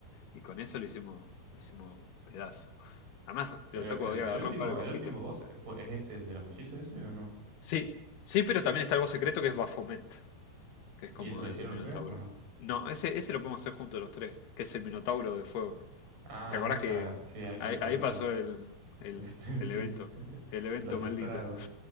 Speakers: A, on the left; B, on the right.
A: Y con eso lo hicimos, lo hicimos pedazo. Además,
B: Pero
A: el Otaku
B: el,
A: había
B: el
A: agarrado
B: último,
A: un par de cositas.
B: el último boss eh, fue, ¿es ese el de los mellizos ese o no?
A: Sí, sí, pero también está el voz secreto que es Baphomet, que es como
B: ¿Y eso lo hicieron
A: el Minotauro.
B: ustedes o no?
A: No, ese, ese lo podemos hacer juntos los tres, que es el Minotauro de Fuego.
B: Ah,
A: ¿Te acordás
B: ese es claro,
A: que
B: sí, hay que
A: ahí,
B: ir por
A: ahí
B: el otro
A: pasó
B: lado.
A: el, el-
B: El este,
A: el
B: <laughs> sí,
A: evento?
B: <laughs>
A: El evento
B: los estragos.
A: maldito.